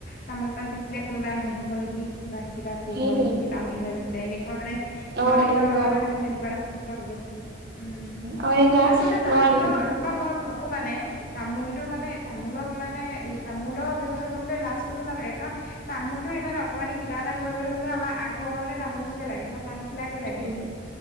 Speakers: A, on the left; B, on the right.
A: তামোল পা বেচিলে কোনোবাই হাঁহিব নেকি বা কিবা কব
B: সেইটোৱে
A: নেকি তামোলহে বেচ এ মই
B: অ
A: মানে নিজৰ
B: তেনেকুৱা
A: মনতে
B: অ
A: মানে তেনেকুৱা এটা প্ৰশ্ন উদয় হৈছে। উম
B: আৰু এনেকুৱা
A: আচলতে
B: তোমাৰ
A: তামোলৰ মই মই ভাবো মানে তামোল। মানে তামোলক মানে তামোলৰ ব্যাৱসায়ী কৰিবলৈ লাজ কৰিব নালাগে কাৰণ তামোল ইমান অকণমানি মানে কিবা এটা কৰিবলৈ হলে আমাৰ আগবঢ়াবলৈ তামোলটোকে লাগে বা পাণখিলাকে লাগে।
B: উম